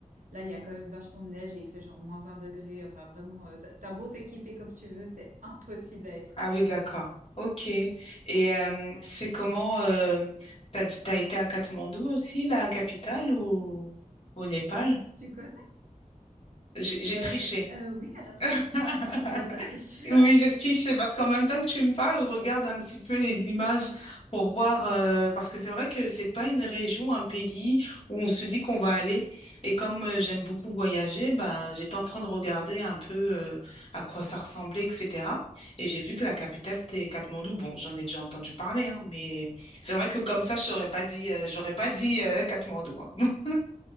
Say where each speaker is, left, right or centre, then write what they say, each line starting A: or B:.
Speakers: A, on the right (about 65°); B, on the left (about 45°).
A: là, il y a quand même vachement de neige et il fait genre moins 20 degrés. Enfin, vraiment, euh, t'as t'as beau t'équiper comme tu veux, c'est impossible à être,
B: Ah
A: euh,
B: oui, d'accord. Ok. Et euh,
A: à
B: c'est
A: être
B: comment
A: bien équipé.
B: euh, t'as, t'as été à Katmandou aussi, la capitale, ou au Népal?
A: Tu connais?
B: J'ai j'ai
A: Ouais,
B: triché.
A: euh, oui, alors, je-
B: <laughs>
A: là, t'as triché.
B: Oui, je triche, c'est parce qu'en même temps que tu me parles, je regarde un petit peu les images pour voir, euh, parce que c'est vrai que c'est pas une région, un pays où on se dit qu'on va aller. Et comme euh, j'aime beaucoup voyager, bah, j'étais en train de regarder un peu euh, à quoi ça ressemblait, etc. Et j'ai vu que la capitale, c'était Katmandou.
A: Ouais,
B: Bon, j'en ai déjà entendu parler, hein, mais c'est vrai que comme ça, je
A: ouais.
B: t'aurais pas dit, euh, j'aurais pas dit euh, Katmandou. hein. <laughs>